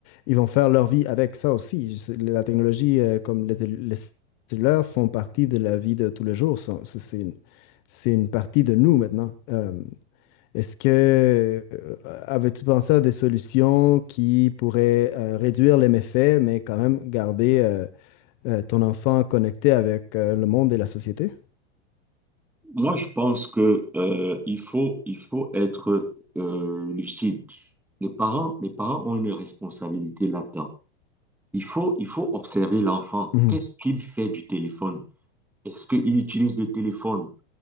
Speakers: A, on the left; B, in the centre.
A: ils vont faire leur vie avec ça aussi. C'est- La technologie, euh, comme les, tél- les cellulaires, font partie de la vie de tous les jours. Ça, C'est c'est une, c'est une partie de nous maintenant. Euh, est-ce que euh, avais-tu pensé à des solutions qui pourraient euh, réduire les méfaits, mais quand même garder euh, euh, ton enfant connecté avec euh, le monde et la société?
B: Moi, je pense que euh, il faut, il faut être euh, lucide. Les parents, les parents ont une responsabilité là-dedans. Il faut, il faut observer l'enfant.
A: Mhm.
B: Qu'est-ce qu'il fait du téléphone? Est-ce qu'il utilise le téléphone?